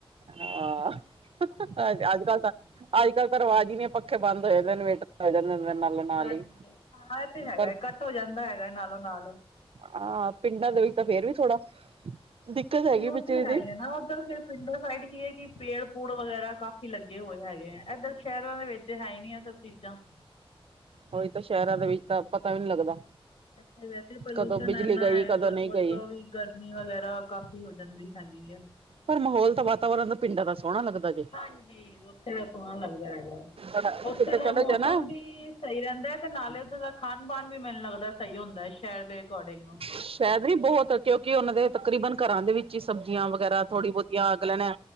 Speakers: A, on the right; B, on the left.
A: ਹਾਂ ਅੱਜ ਕੱਲ ਤਾਂ ਅੱਜ ਕੱਲ ਰਵਾਜ਼ ਹੀ ਨਹੀਂ ਪੱਖੇ ਬੰਦ ਹੋ ਜਾਂਦੇ ਨੇ ਇਨਵੇਟਰ ਚਲ ਜਾਂਦੇ ਨਾਲ।
B: ਹਾਂਜੀ
A: ਹੀ
B: ਹਾਂ ਇਹ ਤੇ ਹੈਗਾ
A: ਪਰ
B: ਇਕੱਠ ਹੋ ਜਾਂਦਾ ਹੈਗਾ ਨਾਲੋਂ ਨਾਲ।
A: ਹਾਂ ਪਿੰਡਾਂ ਦੇ ਵਿੱਚ ਤਾਂ ਫੇਰ ਵੀ ਥੋੜਾ ਦਿੱਕਤ
B: ਹਾਂਜੀ
A: ਹੈਗੀ
B: ਉਹ
A: ਬਿਜਲੀ
B: ਤੇ ਹੈ
A: ਦੀ
B: ਹੀ ਹੈ ਨਾ ਉੱਧਰ ਫੇਰ ਪਿੰਡੋ ਸਾਈਡ ਕੀ ਹੈ ਕਿ ਪੇੜ- ਪੂੜ ਵਗੈਰਾ ਕਾਫ਼ੀ ਲੱਗੇ ਹੋਏ ਹੈਗੇ ਹੈ ਇੱਧਰ ਸ਼ਹਿਰਾਂ ਦੇ ਵਿੱਚ ਹੈ ਨੀ ਇਧਰ। ਚੀਜ਼ਾਂ
A: ਉਹੀ ਤਾਂ ਸ਼ਹਿਰਾਂ ਦੇ ਵਿੱਚ ਤਾਂ ਪਤਾ ਈ ਨੀ ਲੱਗਦਾ।
B: ਅੱਛਾ ਵੈਸੇ ਪੋਲਿਊਸ਼ਨ
A: ਕਦੋਂ ਬਿਜਲੀ
B: ਇਨਾ
A: ਗਈ
B: ਹੈ
A: ਕਦੋਂ
B: ਕੁਛ
A: ਨਹੀਂ
B: ਹੋਰ
A: ਗਈ
B: ਤੋਂ ਵੀ ਗਰਮੀ ਵਗੈਰਾ ਕਾਫ਼ੀ ਹੋ ਜਾਂਦੀ ਹੈਗੀ ਹੈ।
A: ਪਰ ਮਾਹੌਲ ਤਾਂ ਵਾਤਾਵਰਨ ਪਿੰਡ ਦਾ ਸੋਹਣਾ ਲੱਗਦਾ ਈ।
B: ਹਾਂਜੀ, ਉੱਥੇ ਦਾ ਸੋਹਣਾ ਲੱਗਦਾ ਹੈਗਾ?
A: ਕਿਤੇ
B: ਉੱਥੇ
A: ਚਲੇ
B: ਦਾ ਮੌਸਮ
A: ਜਾ ਨਾ
B: ਵੀ ਸਹੀ ਰਹਿੰਦਾ ਤੇ ਨਾਲੇ ਉੱਥੇ ਦਾ ਖਾਣ-ਪਾਣ ਵੀ ਮੈਨੂੰ ਲੱਗਦਾ ਸਹੀ ਹੁੰਦਾ ਹੈ? ਸ਼ਹਿਰ ਦੇ ਅਕੋਡਿੰਗ ਨੂੰ।
A: ਸ਼ਾਇਦ ਨੀ ਬਹੋਤ ਓਕੇ- ਓਕੇ ਆ ਮਤਲਬ ਤਕਰੀਬਨ ਘਰਾਂ ਦੇ ਵਿੱਚ। ਕੀ ਸਬਜ਼ੀਆਂ ਵਗੈਰਾ, ਥੋੜੀ ਬਹੁਤੀਆਂ, ਅਗਲਿਆਂ ਨੇ